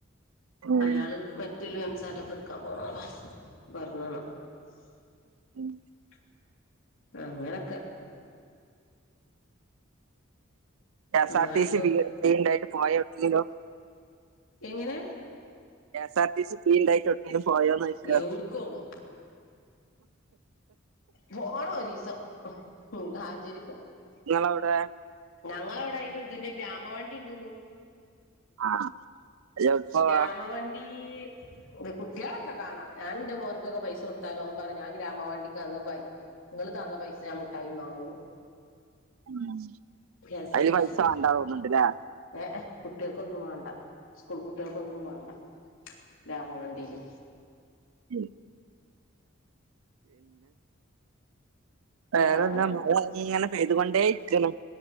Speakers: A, on the right (about 85°); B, on the left (about 75°).
A: ഉം
B: അയാള് മെറ്റല് എംസാൻഡ് എടുക്കാൻ പോണം അതാ <unintelligible>
A: ഉം
B: അങ്ങനക്കെ
A: കെ
B: എന്നാലിപ്പോ
A: സാർ ടി സി ഫ്രീ ഫ്രീ ഇണ്ടായിട്ട് പോ <unintelligible>
B: എങ്ങനെ
A: K sir T C free <unintelligible> പോയൊന്ന് ചോയിക്കാ
B: എവിടുക്കോണ് പോണം <unintelligible>
A: ഇങ്ങളവടെ
B: ഞങ്ങളവടെ അയിന് ഇതിന്റെ ഗ്രാമവണ്ടിണ്ടിന്നു
A: ആഹ് എവ്ട്ക്കോവാ
B: ഗ്രാമവണ്ടി ഈഹ് കുട്ടികളൊക്കെ കാണാം ഞാൻന്റെ മോനക്കൊക്കെ പൈസ കൊടുത്താലോൻപറയോ ഞാൻ ഗ്രാമവണ്ടിക്കന്ന് പയും ഇങ്ങള്തന്ന പൈസ ഞാ മുട്ടായി വാങ്ങു
A: ഉം
B: കെ സാർ
A: അയില്
B: ടി
A: പൈസ
B: സി
A: വാണ്ടാ തോന്ന്ണ്ട്ല്ലേ
B: <unintelligible> കുട്ടികക്കൊന്നും വേണ്ട സ്കൂൾ കുട്ടികൾക്കൊന്നും വേണ്ട ഗ്രാമവണ്ടില്
A: ഉം വേറെന്താ
B: വേറെന്ത്
A: മഴഅങ്ങനെപെയ്തുകൊണ്ടേ ഇരിക്കണ്